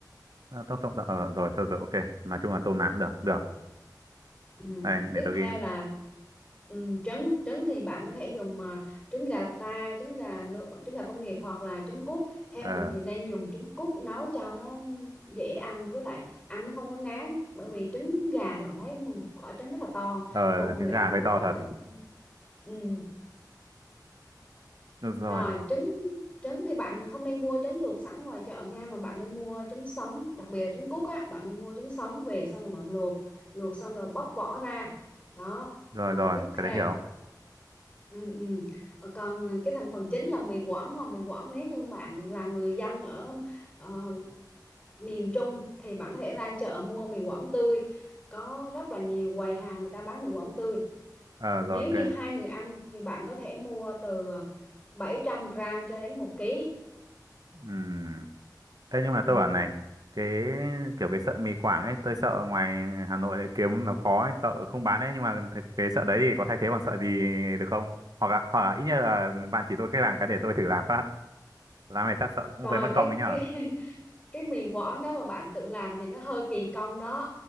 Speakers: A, on the right (about 60°); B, on the left (about 25°).
A: à, tôm sông ờ rồi thôi rồi ok nói chung là tôm nạm được được
B: Rồi. Ừm,
A: đây để
B: tiếp
A: tôi
B: theo
A: ghi
B: là ừm, trứng trứng thì bạn có thể dùng mà trứng gà ta trứng gà nu- trứng gà công nghiệp hoặc là trứng cút theo
A: ờ
B: mình thì nên dùng trứng cút nấu cho nó dễ ăn với lại ăn nó không có ngán bởi vì trứng gà thì bạn thấy một quả trứng rất là to
A: ờ
B: một người
A: trứng gà
B: ăn
A: hơi
B: một
A: to
B: quả
A: thật
B: à ừ.
A: được rồi
B: Rồi trứng trứng thì bạn không nên mua trứng luộc sẵn ngoài chợ nha mà bạn nên mua trứng sống, đặc biệt là trứng cút á, bạn nên mua trứng sống về xong rồi bạn luộc, luộc xong rồi bóc vỏ ra. Đó.
A: rồi
B: Rồi
A: rồi
B: tiếp theo
A: cái đấy hiểu
B: Ừ, ừ. Ờ, Còn cái thành phần chính là mì Quảng đúng không? Mì Quảng nếu như bạn là người dân ở ờ, miền Trung thì bạn có thể ra chợ mua mì Quảng tươi. Có rất là nhiều quầy hàng người ta bán mì Quảng tươi.
A: ờ
B: Nếu
A: rồi ok
B: như hai người ăn thì bạn có thể mua từ 700 gram cho đến một ký
A: Ừm, Thế nhưng mà
B: Ừ.
A: tôi bảo này, cái kiểu cái sợi mì Quảng ấy, tôi sợ ngoài Hà Nội lại kiếm nó khó ấy, sợ không bán ấy, nhưng mà th- cái sợi đấy thì có thay thế bằng sợi gì được không? Hoặc là, hoặc là ít nhất là bạn chỉ tôi cách làm cái để tôi thử làm phát. Làm này chắc sợ cũng
B: Rồi
A: hơi mất
B: cái
A: công ấy nhở.
B: cái <laughs> cái mì Quảng đó mà bạn tự làm thì nó hơi kỳ công đó.